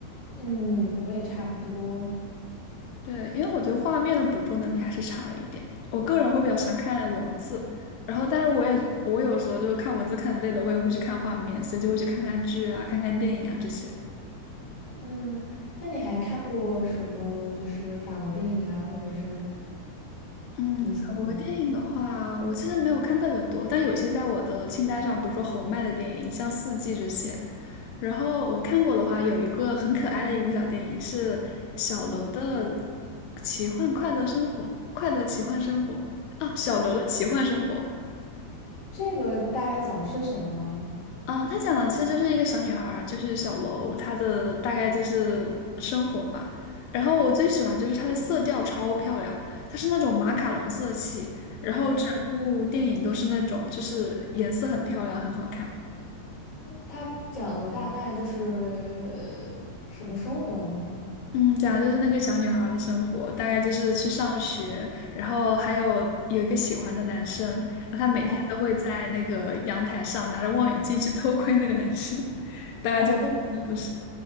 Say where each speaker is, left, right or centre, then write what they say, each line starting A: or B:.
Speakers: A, on the left; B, on the left.
A: 嗯，我也差不多。
B: 对，因为我对画面的捕捉能力还是差了一点，我个人会比较喜欢看文字，然后但是我也我有时候就是看文字看得累了，我也会去看画面，所以就会去看看剧啊、看看电影啊这些。
A: 嗯，那你还看过什么？就是法国电影啊，或者是
B: 嗯，
A: 你喜欢？
B: 法国电影的话，我其实没有看特别多，但有一些在我的清单上，比如说侯麦的电影，像《四季》这些。然后我看过的话，有一个很可爱的一部小电影是小楼的《奇幻快乐生活》，快乐奇幻生活啊，小楼的奇幻生活。
A: 诶，这个大概讲的是什么呢？
B: 啊，他讲的其实就是一个小女孩儿，就是小楼，她的大概就是生活吧。然后我最喜欢就是它的色调超漂亮，它是那种马卡龙色系，然后整部电影都是那种就是颜色很漂亮，
A: 哦，
B: 很好看。
A: 它讲的大概就是呃什么生活呢？
B: 嗯，讲的就是那个小女孩的生活，大概就是去上学，然后还有有一个喜欢的男生，然后她每天都会在那个阳台上拿着望远镜去偷窥那个男生，
A: 哦，
B: <laughs> 大概就是这样的故事。
A: 好的，